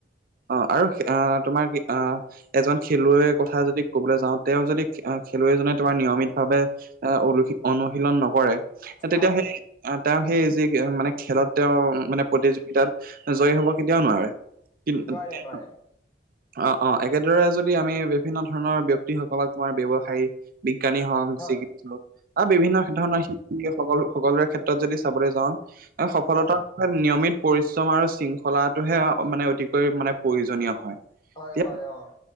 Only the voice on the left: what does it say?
হয়
নোৱাৰে নোৱাৰে
হয়
অ
হয়
হয় অঁ।